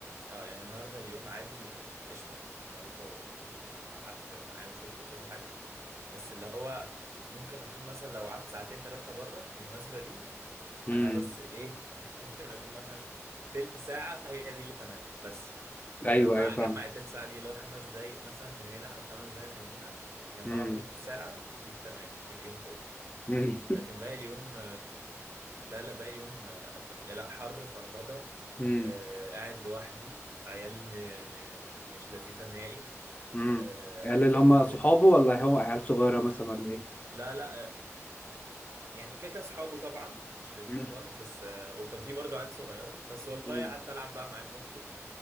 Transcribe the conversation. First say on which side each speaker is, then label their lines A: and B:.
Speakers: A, on the right; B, on the left.
A: اه يعني النهارده اليوم عادي قشطه مناسبه و- وقعدت معاه وشفته وكل حاجه بس اللي هو ممكن اكون مثلا لو قعدت ساعتين ثلاثه بره في المناسبه دي
B: مم.
A: انا بس ايه <laughs> يعني ممكن اكون مثلا تلت ساعه هي دي اللي تمام بس وجمع
B: ايوه ايوه فاهم
A: جمع التلت ساعه دي اللي هو خمس دقايق مثلا من هنا على خمس دقايق من هنا يجمعوا
B: مم.
A: تلت ساعه دي التمام في اليوم كله
B: مم.
A: لكن باقي اليوم لا لا باقي اليوم آه، يا لا حر فرهضة
B: مم.
A: آه، قاعد لوحدي عيال م... م... مش لذيذة نهائي
B: مم.
A: آه،
B: عيال اللي هم صحابه ولا هم عيال صغيرة مثلا ولا ايه؟
A: لا لا آه، يعني كاكا اصحابه طبعا مش لذيذة
B: مم.
A: خالص بس آه، وكان في برضو عيال صغيرة بس والله
B: مم.
A: قعدت العب بقى مع ابن اخته